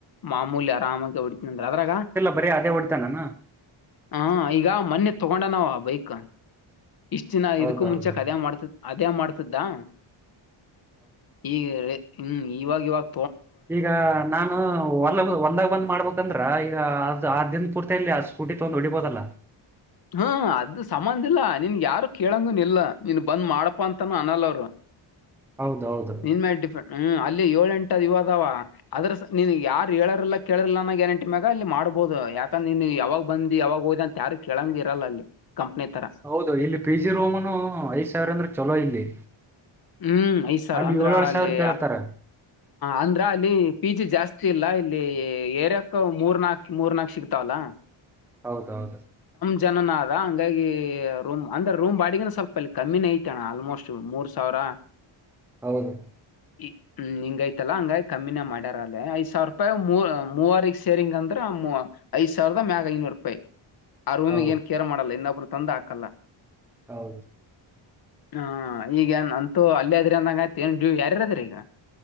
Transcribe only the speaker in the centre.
ಬರ ಅದೇ ಒಡ್ತಾನ.
ಹೌದೌದು
ಈಗಾ ನಾನು ಹೋಲ್ ಹೊಲದಾಗ ಬಂದ್ ಮಾಡ್ಬೇಕಂದ್ರಾ ಈಗಾ ಆದ್ ಆದಿಂದ ಪೂರ್ತ. ಮತ್ತೆ ಇಲ್ಲಿ ಆ ಸ್ಕೂಟಿ ತೊಡೊಂಡ್ ಹೊಡಿಬೋದಲ್ಲ.
ಹೌದೌದು ಹೌದು
ಹೌದು ಇಲ್ಲಿ ಪಿ ಜಿ ರೂಮ್ನು ಐದ್ ಸಾವಿರ ಅಂದ್ರ ಚಲೋ ಇಲ್ಲಿ
ಅಲ್ಲಿ
ಏಳೇಳ್
ಸಾವಿರ ಕೇಳತ್ತಾರ
ಹೌದೌದು.
ಹೌದು.
ಹೌದು
ಹೌದು